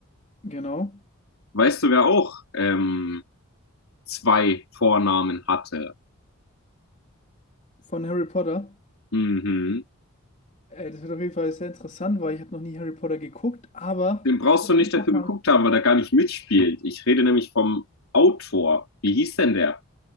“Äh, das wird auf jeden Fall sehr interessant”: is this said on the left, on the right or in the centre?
Left